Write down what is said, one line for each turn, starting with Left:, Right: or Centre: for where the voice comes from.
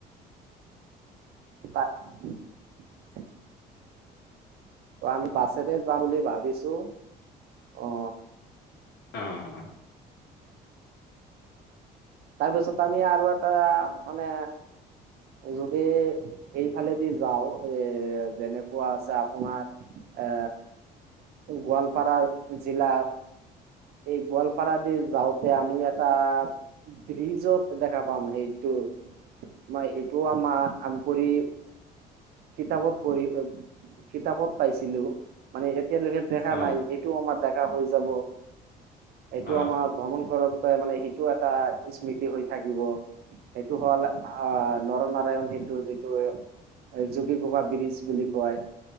Right: এটা <unintelligible> ত' আমি বাছেৰে যাম বুলি ভাবিছো অ'।
Left: অ'।
Right: তাৰপিছত আমি আৰু এটা মানে যদি এইফালেদি যাওঁ, এ যেনেকুৱা আছে আপোনাৰ এ, গোৱালপাৰা জিলা এই গোৱালপাৰা দি যাওঁতে আমি এটা ব্ৰীজত দেখা পাম সেইটো মই সেইটোও আমাৰ আম কৰি কিতাপত পঢ়ি, কিতাপত পাইছিলো মানে এতিয়ালৈকে দেখা
Left: অ
Right: নাই, সেইটোও আমাৰ দেখা হৈ যাব। এইটো
Left: অ
Right: আমাৰ ভ্ৰমণ কৰাৰ পৰা মানে এটা স্মৃতি হৈ থাকিব সেইটো হ'ল আহ নৰনাৰায়ণ সেতুটো যিটো এই যোগীঘোপা ব্ৰীজ বুলি কয়।